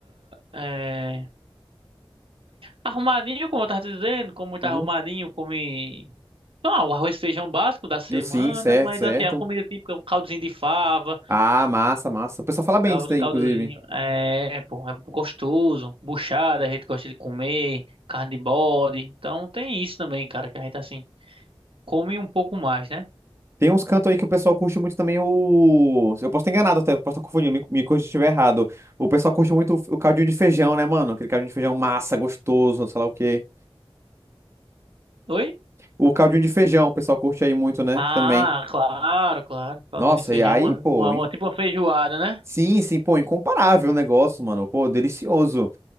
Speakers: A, on the right; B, on the right.
A: é, Arrumadinho, como eu tava te dizendo, come muito
B: uhum.
A: arrumadinho, come. Ah, o arroz e feijão básico da semana,
B: Sim, certo,
A: mas
B: certo.
A: assim, a comida típica é um caldozinho de fava,
B: Ah, massa, massa. O pessoal fala bem
A: cal-
B: disso
A: os
B: daí,
A: caldozinhos,
B: inclusive.
A: é, pô, é gostoso, buchada, a gente gosta de comer, carne de bode, então tem isso também, cara, que a gente assim, come um pouco mais, né?
B: Tem uns cantos aí que o pessoal curte muito também o. Eu posso estar enganado até, eu posso estar confundindo, me, me corrija se estiver errado. O pessoal curte muito o, o caldinho de feijão, né, mano? Aquele caldinho de feijão massa, gostoso, sei lá o quê.
A: Oi?
B: O caldinho de feijão, o pessoal curte aí muito, né?
A: Ah,
B: Também.
A: claro, claro. Caldinho
B: Nossa,
A: de feijão,
B: e aí,
A: uma,
B: pô,
A: uma, uma-
B: in-
A: tipo uma feijoada, né?
B: sim, sim, pô, incomparável o negócio, mano. Pô, delicioso.